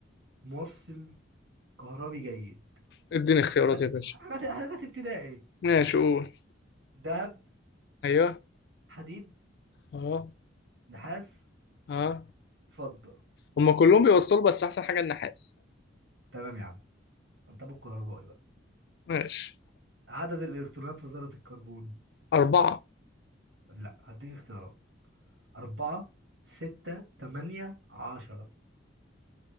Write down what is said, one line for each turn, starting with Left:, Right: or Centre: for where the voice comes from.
Right: موصل كهربي جيد
Left: اديني اختيارات
Right: حاجات
Left: يا باشا
Right: حاجات حاجات ابتدائي
Left: ماشي قول
Right: ذهب
Left: ايوه
Right: حديد
Left: اه
Right: نحاس
Left: اه
Right: فضة
Left: هما كلهم بيوصلوا بس احسن حاجة النحاس
Right: تمام يا عم انت ابو الكهربائي بقى.
Left: ماشي
Right: عدد الإلكترونات في ذرة الكربون
Left: أربعة
Right: لا هديك اختيارات أربعة ستة تمانية عشرة